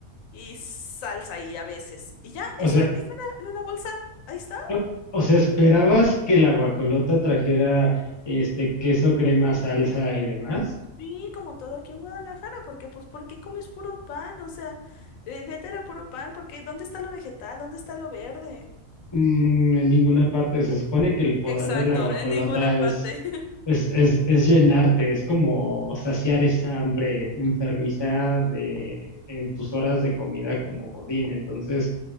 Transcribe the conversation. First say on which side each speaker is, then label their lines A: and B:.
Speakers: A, on the left (about 85°); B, on the left (about 25°).
A: y salsa y a veces. Y ya,
B: O
A: eso,
B: sea,
A: eso era en una bolsa. Ahí está.
B: O, o sea, ¿esperabas que la guajolota trajera este queso, crema, salsa y demás?
A: Sí, como todo aquí en Guadalajara, porque pues, ¿por qué comes puro pan? O sea, eh, neta era puro pan, porque ¿dónde está lo vegetal? ¿Dónde está lo verde?
B: Mm, en ninguna parte. Se supone que el poder
A: Exacto,
B: de la guajolota
A: en ninguna parte.
B: es
A: <laughs>
B: Es, es, es llenarte, es como saciar esa hambre enfermiza de en tus horas de comida como Godín. Entonces,